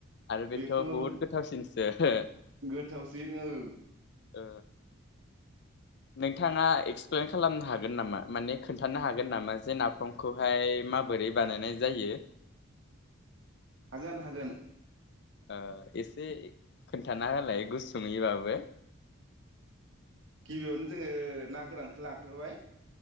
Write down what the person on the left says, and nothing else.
आरो बेथ'
बहुत गोथाव सिन <unintelligible>
ओ नोंथाङा एक्सप्लेन खालामनो हागोन नामा माने खोन्थानो हागोन नामा जे नाफामखौहाय माबोरै बानायनाय जायो?
ओ एसे खोन्थाना होलाय गुसुयङैबाबो